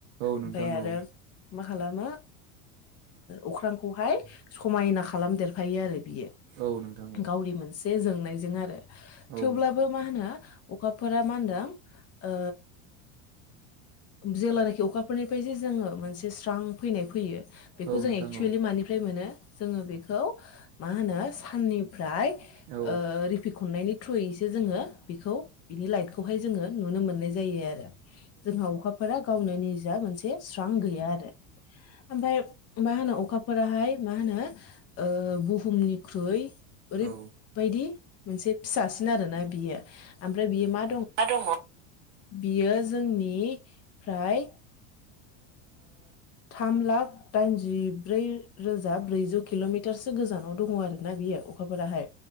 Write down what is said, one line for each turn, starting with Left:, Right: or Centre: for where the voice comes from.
Right: औ नोंथां औ नोंथां
Left: ओमफ्राय आरो
Right: औ
Left: मा खालामो अख्रांखौहाय समायना खालामदेरफायो आरो बियो
Right: औ नोंथां औ नोंथां औ
Left: गावनि मोनसे जोंनायजों आरो
Right: औ
Left: थेवब्लाबो मा होनो अखाफोरा मा होनदों ओ जेलानाखि अखाफोरनिफ्राय जे जोङो मोनसे स्रां फैनाय फैयो बेखौ
Right: औ
Left: जों
Right: नोंथां
Left: एक्सुयेलि
Right: औ
Left: मानिफ्राय मोनो जोङो बेखौ मा होनो साननिफ्राय
Right: औ
Left: रिफिखननायनि थ्रुयैसो जोङो बेखौ बिनि लाइटखौ खौहाय जोङो नुनो मोननाय जायो आरो जोंहा अखाफोरा गावनो नि जा मोनसे स्रां गैया आरो ओमफ्राय मा होनो अ अखाफोराहाय मा होनो बुहुमनिख्रुइ ओरैबायदि
Right: औ
Left: मोनसे फिसासिन आरोना बियो ओमफ्राय बियो मा
Right: मा दङ
Left: बियो जोंनि फ्राय थाम लाख दाइनजिब्रै रोजा ब्रैजौ किल'मिटार सो गोजानाव दङ आरो। ना बियो अखाफोराहाय